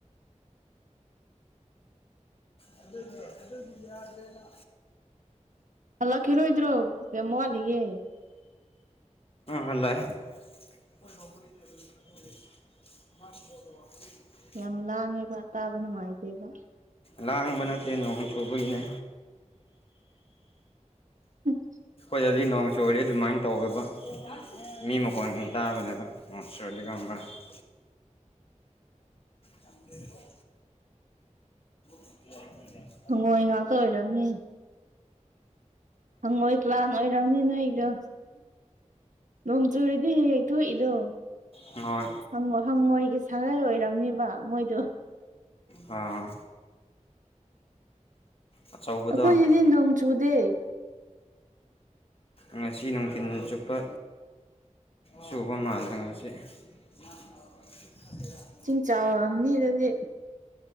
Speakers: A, on the left; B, on the right.
A: ꯑꯗꯨꯒꯤ ꯑꯗꯨꯗꯤ ꯌꯥꯗ꯭ꯔꯦꯅ
B: ꯍꯜꯂꯛꯈꯤꯔꯣꯏꯗ꯭ꯔꯣ ꯀꯌꯥꯝ ꯋꯥꯠꯂꯤꯒꯦ
A: <unintelligible> ꯍꯜꯂꯦ <inaudible> <inaudible>
B: ꯌꯥꯝ ꯂꯥꯡꯉꯦꯕ ꯇꯥꯕ ꯅꯨꯡꯉꯥꯏꯇꯦꯕ
A: ꯂꯥꯡꯕ ꯅꯠꯇꯦ ꯅꯣꯡ ꯆꯨꯕꯒꯤꯅꯦ
B: <inaudible>
A: ꯁꯤꯗꯗꯤ ꯅꯣꯡ ꯆꯨꯔꯗꯤ ꯑꯗꯨꯃꯥꯏ ꯇꯧꯋꯦꯕ ꯃꯤ ꯃꯈꯣꯟ ꯇꯥꯕꯅꯦꯗ ꯃꯣꯠ ꯁꯣꯗꯤꯒꯕ꯭ꯔꯥ <unintelligible> ꯌꯥꯝ <inaudible> ꯎ <inaudible>
B: ꯍꯪꯒꯣꯏ ꯉꯥꯛꯇ ꯑꯣꯏꯔꯝꯅꯤ ꯍꯪꯉꯣꯏ ꯀ꯭ꯂꯥꯟ ꯑꯣꯏꯔꯝꯅꯤ ꯅꯣꯏ ꯑꯩꯗꯣ ꯅꯣꯡ ꯆꯨꯨꯔꯗꯤ ꯍꯦꯛ ꯍꯦꯛ ꯊꯣꯛꯏꯗꯣ
A: ꯍꯪꯉꯣꯏ
B: ꯍꯪ ꯍꯪꯉꯣꯏꯒꯤ ꯁꯉꯥꯏ ꯑꯣꯏꯔꯕꯝꯅꯦꯕ ꯃꯣꯏꯗꯣ
A: ꯑꯥ ꯑꯆꯧꯕꯗꯣ
B: ꯑꯩꯈꯣꯏꯒꯤꯗꯤ ꯅꯣꯡ ꯆꯨꯗꯦ
A: ꯉꯁꯤ ꯅꯨꯡꯊꯤꯜ ꯆꯨꯞꯄ ꯆꯨꯕ ꯃꯥꯜꯂꯦ ꯉꯁꯤ <inaudible>
B: ꯆꯤꯡ ꯆꯥꯎꯔꯛꯑꯝꯅꯤ ꯑꯗꯨꯗꯤ